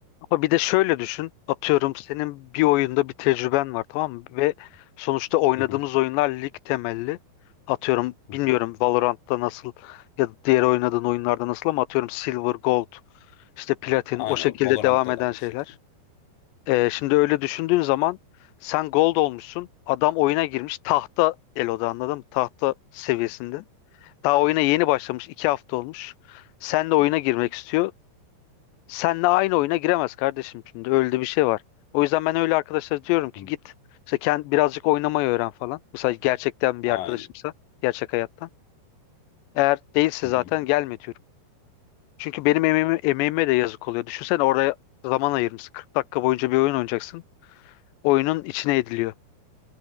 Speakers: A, on the left (about 85°); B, on the left (about 60°).
A: Ama bir de şöyle düşün. Atıyorum senin bir oyunda bir tecrüben var tamam mı? Ve sonuçta oynadığımız
B: Hı hı,
A: oyunlar lig temelli. Atıyorum
B: hı
A: bilmiyorum
B: hı.
A: Valorant'ta nasıl ya da diğer oynadığın oyunlarda nasıl ama atıyorum Silver, Gold, işte Platin
B: Aynen
A: o şekilde
B: Valorant'ta
A: devam eden
B: da aynı
A: şeyler.
B: şekilde.
A: Ee, şimdi öyle düşündüğün zaman sen Gold olmuşsun. Adam oyuna girmiş tahta Elo'da anladın mı? Tahta seviyesinde. Daha oyuna yeni başlamış. iki hafta olmuş. sen de oyuna girmek istiyor. Senle aynı oyuna giremez kardeşim şimdi öyle de bir şey var. O yüzden ben öyle arkadaşlara diyorum ki
B: <laughs>
A: git işte kend, birazcık oynamayı öğren falan. Mesela gerçekten bir
B: Aynen.
A: arkadaşımsa gerçek hayattan. Eğer değilse
B: Hı
A: zaten
B: hı.
A: gelme diyorum. Çünkü benim emeğime, emeğime de yazık oluyor. Düşünsene oraya zaman ayırmışsın. 40 dakika boyunca bir oyun oynayacaksın. Oyunun içine ediliyor.